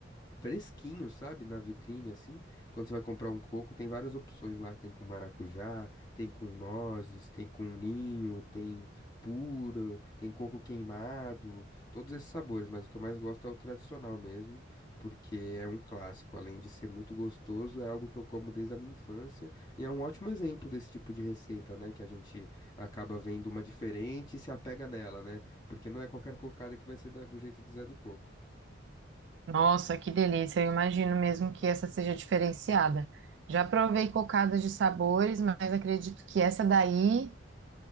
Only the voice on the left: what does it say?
fresquinho, sabe? Na vitrine, assim. Quando você vai comprar um coco, tem várias opções lá. Tem com maracujá, tem com nozes, tem com ninho, tem puro, tem coco queimado, todos esses sabores. Mas o que eu mais gosto é o tradicional mesmo, porque é um clássico. Além de ser muito gostoso, é algo que eu como desde a minha infância. E é um ótimo exemplo desse tipo de receita, né? Que a gente acaba vendo uma diferente e se apega nela, né? Porque não é qualquer cocada que vai ser da- do jeito do Zé do Coco.